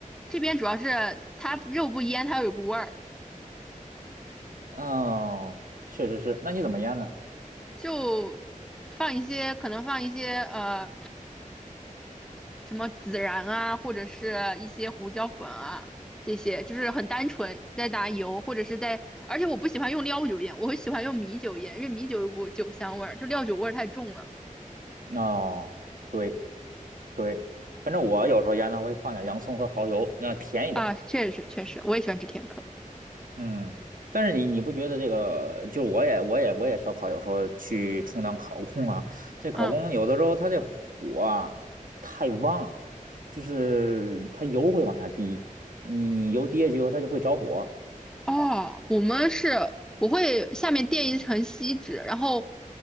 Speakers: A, in the centre; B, on the right (about 80°).
A: 这边主要是它肉不腌，它有股味儿，
B: 嗯，确实是，那你怎么腌呢？
A: 就放一些可能放一些呃什么孜然啊，或者是一些胡椒粉啊，这些就是很单纯，在打油或者是在，而且我不喜欢用料酒腌，我会喜欢用米酒腌，因为米酒有股酒香味儿，就料酒味儿太重了
B: 哦。对，对，反正我有时候腌呢会放点洋葱和蚝油，要甜一点儿。
A: 啊，确实确实，我也喜欢吃甜口儿，
B: 嗯，但是你你不觉得这个，就我也我也我也烧烤，有时候去充当烤工啊，这烤工有的时候他这火啊太旺，
A: 嗯。
B: 就是它油会往下滴，你你油滴下去以后它就会着火
A: 哦，我们是我会下面垫一层锡纸，然后